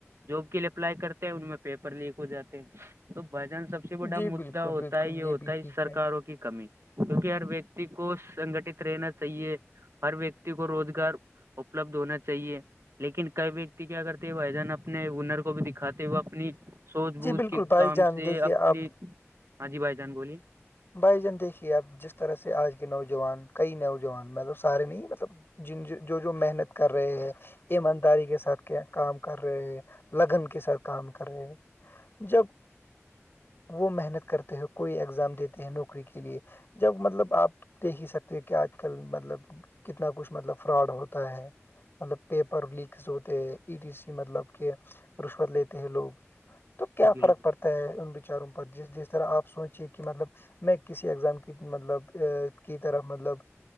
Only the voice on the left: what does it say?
جی
بالکل
بالکل
بھی
ٹھیک
جی
بالکل
بھائی
جان
دیکھیے
آپ
بھائی جان دیکھیے آپ جس طرح سے آج کے نوجوان کئی نوجوان مطلب سارے نہیں مطلب جن جو جو محنت کر رہے ہیں ایمانداری کے ساتھ کیا کام کر رہے ہیں لگن کے ساتھ کام کر رہے ہیں جب وہ محنت کرتے ہو کوئی ایگزام دیتے نوکری کے لیے جب مطلب آپ دیکھ ہی سکتے ہیں کہ آج کل مطلب کتنا کچھ مطلب فراڈ ہوتا ہے مطلب پیپر لیک سوتے ای ٹی سی مطلب کہ رشوت لیتے ہیں لوگ تو کیا
فرق پڑتا ان بیچاروں پر جس جس طرح آپ سوچیے کہ مطلب میں کسی اگزام کی مطلب کی طرح مطلب